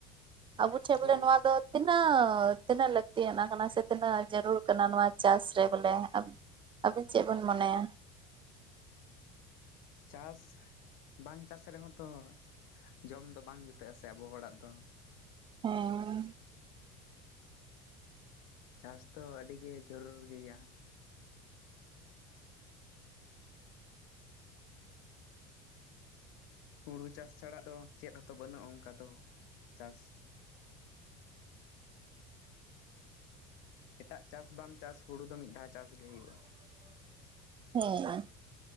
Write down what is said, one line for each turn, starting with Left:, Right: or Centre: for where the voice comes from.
Right: ᱟᱵᱚ ᱴᱷᱮᱱ ᱵᱚᱞᱮ
Left: ᱦᱳᱭ
Right: ᱱᱚᱣᱟ ᱫᱚ ᱛᱤᱱᱟᱹᱜ ᱛᱤᱱᱟᱹᱜ ᱞᱟᱹᱠᱛᱤᱭᱟᱱᱟ ᱠᱟᱱᱟ ᱥᱮ ᱛᱤᱱᱟᱹᱜ ᱡᱟᱹᱨᱩᱲ ᱠᱟᱱᱟ ᱱᱚᱣᱟ ᱪᱟᱥ ᱨᱮ ᱵᱚᱞᱮ ᱟᱵᱤᱱ ᱪᱮᱫ ᱵᱤᱱ ᱢᱚᱱᱮᱭᱟ?
Left: ᱪᱟᱥ ᱵᱟᱝ ᱪᱟᱥ ᱨᱮᱦᱚᱸ ᱛᱚ ᱡᱚᱢ ᱫᱚ ᱵᱟᱝ ᱡᱩᱴᱟᱹᱜ-ᱟ ᱥᱮ ᱟᱵᱚ ᱦᱚᱲᱟᱜ ᱫᱚ᱾
Right: ᱦᱮᱸ
Left: ᱪᱟᱥ ᱫᱚ ᱟᱹᱰᱤ ᱜᱮ ᱡᱚᱨᱩᱨ ᱜᱮᱭᱟ᱾ ᱦᱩᱲᱩ ᱪᱟᱥ ᱪᱷᱟᱲᱟ ᱫᱚ ᱪᱮᱫ ᱦᱚᱸᱛᱚ ᱵᱟᱹᱱᱩᱜ-ᱟ ᱚᱝᱠᱟ ᱫᱚ ᱪᱟᱥ᱾ ᱮᱴᱟᱜ ᱪᱟᱥ ᱵᱟᱢ ᱪᱟᱥ ᱦᱩᱲᱩ ᱫᱚ ᱢᱤᱫ ᱫᱷᱟᱣ ᱪᱟᱥ ᱜᱮ ᱦᱩᱭᱩᱜ-ᱟ᱾
Right: ᱦᱮᱸ